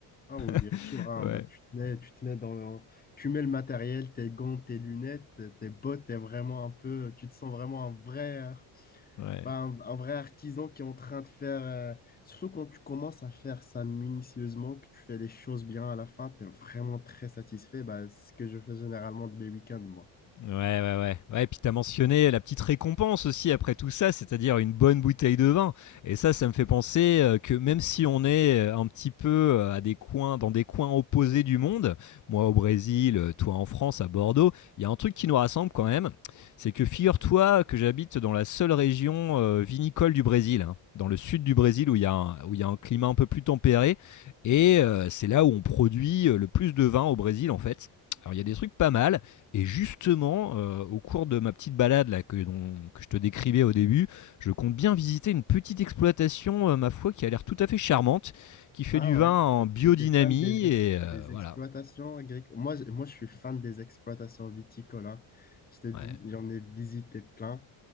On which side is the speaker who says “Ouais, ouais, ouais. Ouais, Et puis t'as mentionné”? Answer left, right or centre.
Left